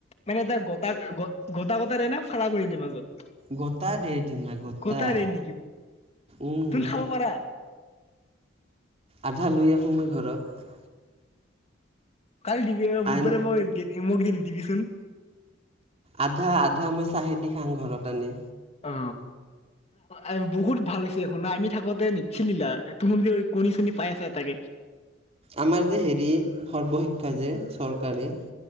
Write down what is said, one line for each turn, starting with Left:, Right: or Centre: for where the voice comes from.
Left: মানে তাৰ গ'টা, গট-গ'টা তা দেইনা? ফালা কৰি দিয়ে মাজত?
Right: গ'টা দেই ডিমা গ'টা।
Left: গটাৰে নেকি
Right: উম-উম।
Left: তুন খাব পাৰা
Right: আধা লৈ আহোঁ মই ঘৰত।
Left: কালি দিবি আৰু বুধ
Right: আন
Left: বাৰে মই দি- মোক দি দিবিচোন।
Right: আধা-আধা মই চাহেদি খাঙ ঘৰত আনি।
Left: অ, আ বহুত ভাল হৈছে শুনা, আমি থাকোঁতে নিদছিল না তুমযে কণী-চণী পাই আছা, তাকে।
Right: আমাৰ যে হেৰি, সৰ্বশিক্ষা যে। চৰকাৰী।